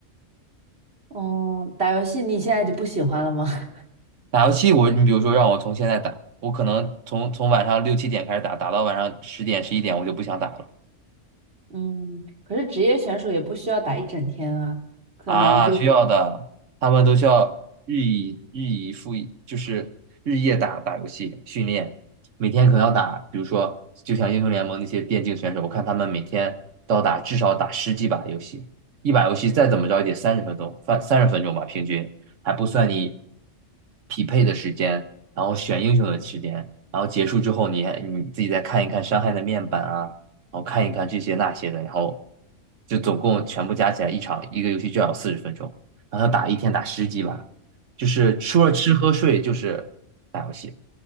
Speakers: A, on the right; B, on the right.
A: 哦，打游戏你现在就不喜欢了吗？<laughs>
B: 打游戏我，你比如说让我从现在打，我可能从从晚上六七点开始打，打到晚上十点十一点我就不想打了。
A: 嗯，可是职业选手也不需要打一整天啊，可能就
B: 啊，需要的，他们都需要日以日以复以，就是日夜打打游戏训练，每天可能要打，比如说就像英雄联盟那些电竞选手，我看他们每天都要打至少打十几把游戏，一把游戏再怎么着也得三十分钟，三三十分钟吧，平均还不算你匹配的时间，然后选英雄的时间，然后结束之后你还你自己再看一看伤害的面板啊。然后看一看这些那些的，然后就总共全部加起来一场一个游戏就要四十分钟，然后他打一天打十几把，就是除了吃喝睡就是打游戏。